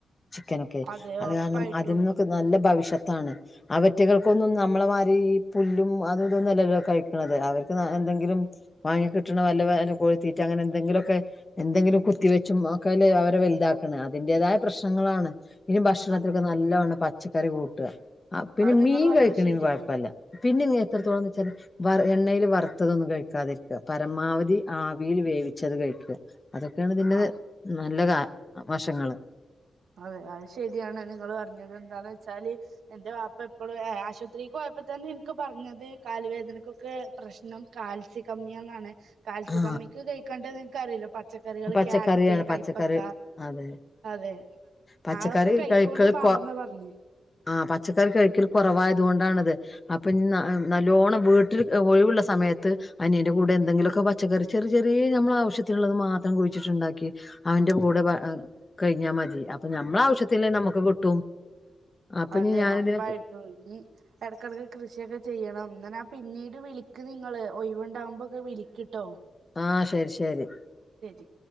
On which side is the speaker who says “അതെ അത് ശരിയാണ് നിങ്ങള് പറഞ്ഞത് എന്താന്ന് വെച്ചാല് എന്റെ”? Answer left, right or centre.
Right